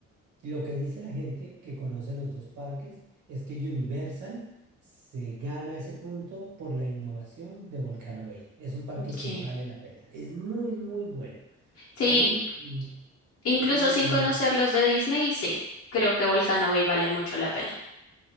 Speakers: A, on the right (about 80°); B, on the left (about 45°).
A: Lo que dice la gente que conoce los dos parques es que Universal se gana ese punto por la innovación de Volcano Bay. Es un parque
B: Ok.
A: que vale la pena. Es muy, muy bueno.
B: Sí,
A: Ahí mm,
B: incluso
A: yo digo Universal.
B: sin conocer los de Disney, sí, creo que Volcano Bay vale mucho la pena.